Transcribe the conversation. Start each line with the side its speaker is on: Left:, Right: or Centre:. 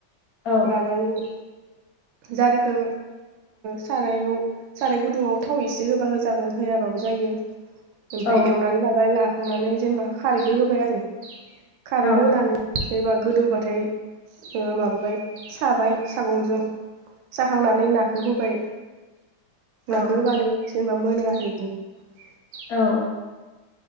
Left: औ
Right: लानानै। जारिखो सारायाव साराइ गुदुङाव थाव एसे होबा होजागोन होआबाबो जायो। ओमफ्राय
Left: औ
Right: एवनानै लाबाय ला खांनानै जेनेबा खारैखौ होबाय आरो। खारै
Left: औ
Right: होनानै। एबाबा गोदौबाथाय। ओ माबाबाय साबाय सागंजों साखांनानै नाखौ होबाय।
Left: औ
Right: नाखौ होबानो जेनेबा मोनो आरो बिदिनो।
Left: औ